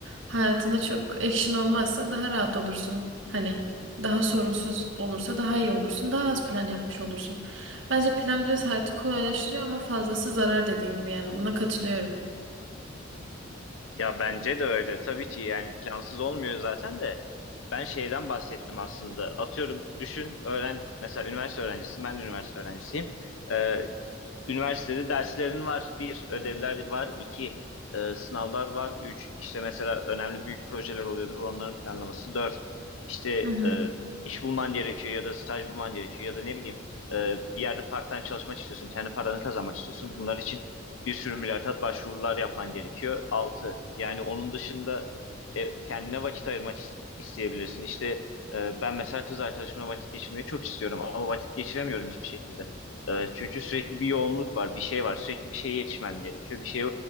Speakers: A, on the right (about 70°); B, on the left (about 85°).
A: hayatında çok action olmazsa daha rahat olursun. Hani daha sorunsuz olursa daha iyi olursun, daha az plan yapmış olursun. Bence plan biraz hayatı kolaylaştırıyor ama fazlası zarar dediğin gibi yani buna katılıyorum.
B: Ya bence de öyle. Tabii ki yani plansız olmuyor zaten de. Ben şeyden bahsettim aslında. Atıyorum düşün, öğren mesela üniversite öğrencisin, ben de üniversite öğrencisiyim. Ee, Üniversitede derslerin var. Bir, ödevler var. İki, e, sınavlar var. Üç, işte mesela önemli büyük projeler oluyordur. Onların planlaması. Dört, işte
A: Hı hı.
B: e, iş bulman gerekiyor ya da staj bulman gerekiyor ya da ne bileyim e, bir yerde part-time çalışmak istiyorsun. Kendi paranı kazanmak istiyorsun. Bunlar için bir sürü mülakat başvurular yapman gerekiyor. Altı, yani onun dışında e, kendine vakit ayırmak is- isteyebilirsin. İşte e, ben mesela kız arkadaşımla vakit geçirmeyi çok istiyorum ama vakit geçiremiyorum hiçbir şekilde. E, çünkü sürekli bir yoğunluk var, bir şey var. Sürekli bir şeye yetişmen gerekiyor, bir şeye